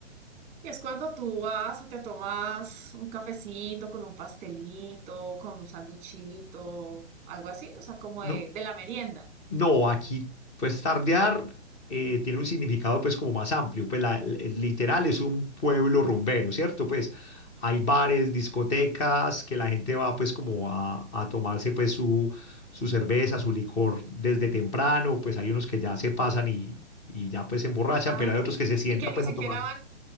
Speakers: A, on the right; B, on the left.
A: Es cuando tú vas y te tomas un cafecito con un pastelito, con un sanduchito, algo así, o sea, como
B: No,
A: de, de la merienda.
B: no, aquí pues tardear eh, tiene un significado pues como más amplio, pues la- el- el literal es un pueblo rumbero, ¿cierto? Pues hay bares, discotecas, que la gente va pues como a, a tomarse pues su, su cerveza, su licor desde temprano, pues hay unos que ya se pasan y, y ya pues se emborrachan,
A: Ajá.
B: pero hay otros que se sientan
A: Y que ni
B: pues
A: siquiera
B: a tomar.
A: van,